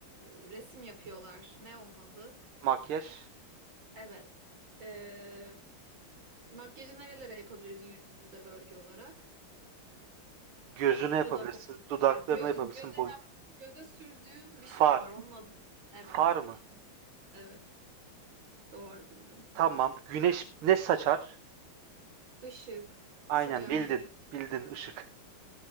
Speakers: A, on the right (about 65°); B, on the right (about 85°).
A: resim yapıyorlar. Ne onun adı?
B: Makyaj
A: Evet. Ee, makyajı nerelere yapabiliriz yü- yüzde bölge olarak?
B: gözüne yapabilirsin,
A: Dudak.
B: dudaklarına
A: Ha, göz.
B: yapabilirsin,
A: Göze
B: boyun.
A: yap. Göze sürdüğün bir
B: Far.
A: şey var. Onun adı. Evet.
B: Far mı?
A: <laughs> Evet. Doğru bildin.
B: Tamam. Güneş ne saçar?
A: Işık.
B: Aynen
A: Sıcaklık.
B: bildin. Bildin ışık.